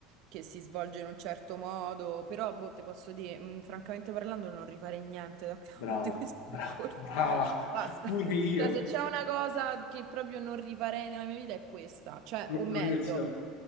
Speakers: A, on the right (about 65°); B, on the left (about 80°).
A: che si svolge in un certo modo, però, boh, te posso dire, mm, francamente parlando, non rifarei niente da <laughs> capo
B: Brava,
A: di questo
B: bra-
A: percorso.
B: brava,
A: Basta.
B: pure io.
A: Cioè, se c'è una cosa che proprio non rifarei nella mia vita è questa, cioè,
B: L-
A: o meglio.
B: l'università.